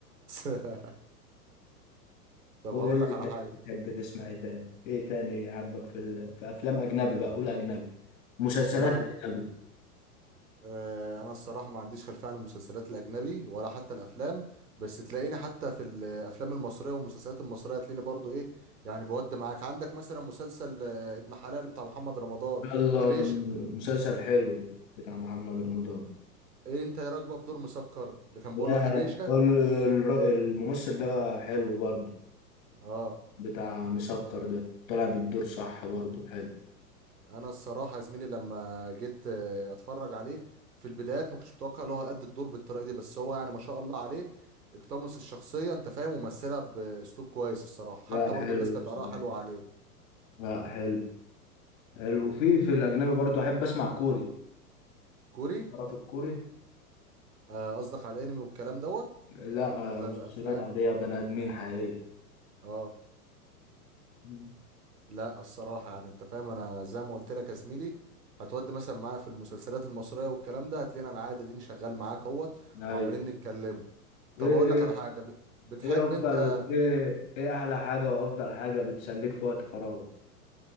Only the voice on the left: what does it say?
وايه
بتحب تسمع ايه تاني ايه تاني عاجبك في ال... في افلام اجنبي بقى قول اجنبي مسلسلات
اجنبي
يلا
ده م- مسلسل حلو بتاع محمد رمضان
يا
ال- ال- الممثل ده حلو برضه
بتاع مسكر ده طلع بالدور صح برضه حلو
لا
حلو
بصراحة.
لا حلو حلو في في الاجنبي برضه احب اسمع كوري
تعرف الكوري
لا
آه، مسلسلات
عادية بني ادمين حقيقية
مم.
ايوه
ايه
إيه
ايه افضل
ايه ايه احلى حاجه وافضل حاجه بتسليك في وقت فراغك